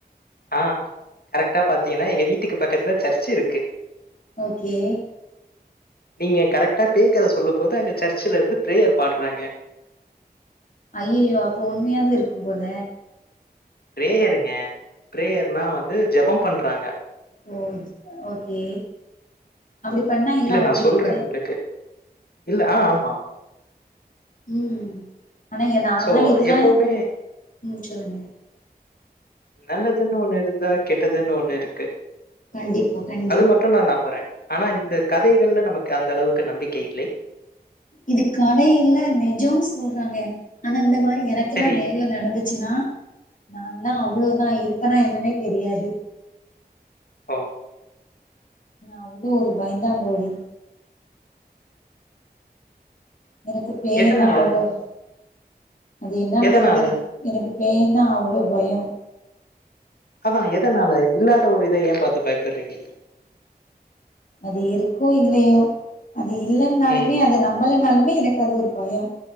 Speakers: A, on the left; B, on the left.
A: ஆஹ் கரெக்டா பாத்தீங்கன்னா எங்க வீட்டுக்கு பக்கத்துல சர்ச்சு இருக்கு
B: ஓகே
A: நீங்க கரெக்டா பேய் கத சொல்லு போது அங்க சர்ச்சல இருந்து பிரேயர் பாடுறாங்க
B: ஐய்யோ அப்போ உண்மையாதா இருக்கு போல
A: பிரேயர்ங்க பிரேயர்னா வந்து ஜபம் பண்றாங்க
B: ஓ ஓகே அப்டி பண்ணா எல்லா
A: இல்ல நான்
B: ஓடிடுல
A: சொல்றேன் உங்களுக்கு. இல்ல ஆஹ் ஆமா
B: உம் ஆனா ஏ நான்ல்லா
A: சோ,
B: இதெல்லா
A: எப்பவுமே
B: உம் சொல்லுங்க
A: நல்லதுன்னு ஒண்ணு இருந்தா கெட்டதுன்னு ஒண்ணு இருக்கு
B: கண்டிப்பா கண்டிப்பா
A: அது மட்டு நா நம்புறே ஆனா இந்த கதைகள்ல நமக்கு அந்த அளவுக்கு நம்பிக்கை இல்லை
B: இது கத இல்ல நிஜம்ன்னு சொல்றாங்க ஆனா இந்த மாரி எனக்கெல்லா
A: சரி
B: நேர்ல நடந்துச்சுன்னா நான்ல்லா அவ்ளோதா இருப்பனா என்னன்னே தெரியாது
A: ஆஹ்
B: நா அவ்ளோ ஒரு பயந்தா கோளி எனக்கு பேயனா
A: எதனால?
B: அவ்ளோ அது என்னன்னு
A: எதனால?
B: தெரியல எனக்கு எனக்கு பேயனா அவ்ளோ பயம்
A: அதா எதனால இல்லாத ஒரு இத ஏ பாத்து ஏ பயப்படுறீங்க
B: அது இருக்கோ இல்லயோ அது இல்லன்னாலுமே
A: ம்.
B: அத நம்மளனாலுமே எனக்கு அது ஒரு பயம்